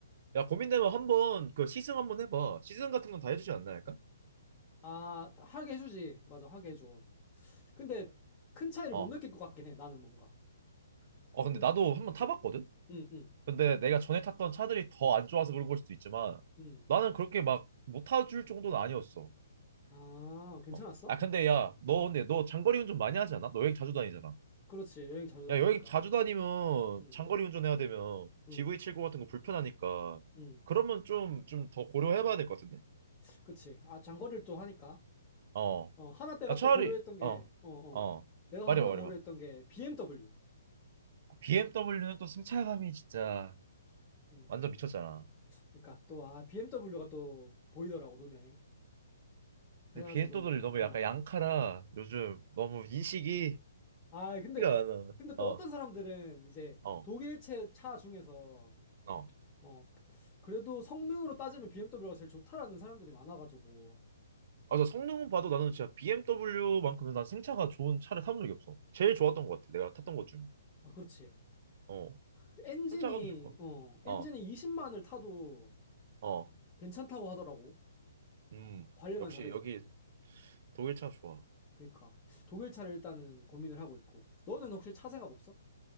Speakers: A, on the right; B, on the left.
A: 야, 고민되면 한번 그 시승
B: 음.
A: 한번 해봐. 시승 같은 건 다 해주지 않나 할까?
B: 아, 하게 해주지. 맞아, 하게 해줘. 근데 큰 차이를
A: 어.
B: 못 느낄 것 같긴 해. 나는 뭔가
A: 어,
B: 조금,
A: 근데 나도 한번 타봤거든?
B: 음, 음, 음,
A: 근데 내가 전에 탔던 차들이 더 안 좋아서 그런 걸 수도 있지만
B: 음.
A: 나는 그렇게 막 못 타줄 정도는 아니었어.
B: 아, 괜찮았어?
A: 어. 아, 근데 야, 너
B: 음,
A: 근데 너 장거리 운전 많이 하지 않아? 너 여행 자주 다니잖아.
B: 그렇지. 여행 자주 다니니까.
A: 야, 여행 자주 다니면
B: 음,
A: 장거리 운전해야 되면
B: 음,
A: g v 7구 같은 거 불편하니까
B: 음.
A: 그러면 좀, 좀 더 고려해봐야 될 것 같은데?
B: 그치. 아, 장거리를 또 하니까.
A: 어.
B: 어, 하나 내가
A: 야, 차라리,
B: 또 고려했던 게,
A: 어,
B: 어, 어,
A: 어.
B: 내가
A: 말해봐,
B: 하나
A: 말해봐.
B: 고려했던 게 BMW.
A: BMW는 또 승차감이 진짜.
B: 음,
A: 완전 미쳤잖아.
B: 그러니까 또, 아, BMW가 또 보이더라고, 눈에. 그래가지고,
A: 근데 비엔또들이 너무
B: 어.
A: 약간 양카라 요즘 너무 인식이
B: 아, 근데,
A: 티가 안 나.
B: 근데 또
A: 어,
B: 어떤 사람들은 이제
A: 어,
B: 독일체 차 중에서,
A: 어.
B: 어, 그래도 성능으로 따지면 BMW가 제일 좋다라는 사람들이 많아가지고.
A: 아, 나 성능은 봐도 나는 진짜 BMW만큼은 난 승차가 좋은 차를 타본 적이 없어. 제일 좋았던 것 같아. 내가 탔던 것 중에.
B: 아, 그렇지.
A: 어,
B: 그 엔진이,
A: 승차감도 좋고.
B: 어,
A: 어,
B: 엔진이 20만을 타도
A: 어,
B: 괜찮다고 하더라고.
A: 음,
B: 관리만
A: 역시
B: 잘해주면.
A: 여기 독일 차 좋아.
B: 그러니까 독일 차를 일단은 고민을 하고 있고 너는 혹시 차 생각 없어?